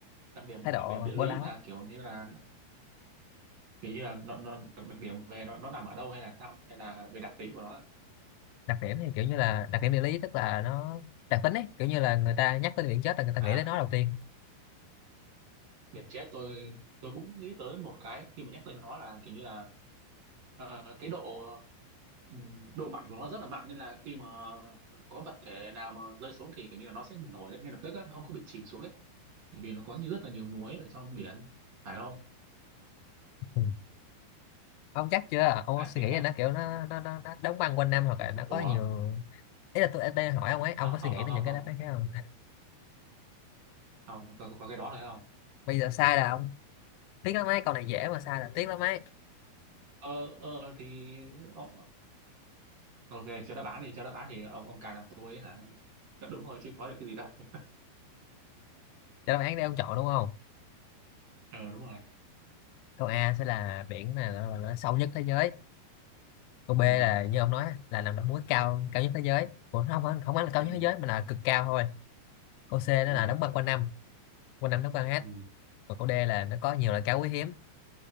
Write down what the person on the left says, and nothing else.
thái độ
bố láo
đặc điểm thì kiểu như là đặc điểm địa lý tức là nó đặc tính ấy kiểu như là người ta nhắc tới biển chết là người ta nghĩ
tới nó đầu tiên
Ừ. ông chắc chưa ông
có suy
nghĩ
là nó kiểu nó nó nó, nó đóng băng quanh năm hoặc là nó
có nhiều ý là tôi em đang hỏi ông ấy ông
có suy
nghĩ
đến
những
cái đáp
án khác không
<laughs> bây giờ sai là ông tiếc lắm ấy câu này dễ mà sai là tiếc lắm ấy
Cho đáp án đi ông chọn đúng không
câu A sẽ là biển này nó, nó sâu nhất thế giới câu B là
như ông nói là nằm đóng núi cao cao nhất thế giới Ủa, không không không phải là cao
nhất thế giới mà là cực cao thôi câu C nó
là đóng băng quanh năm quanh năm đóng băng hết
còn câu D là nó có nhiều loại cá quý hiếm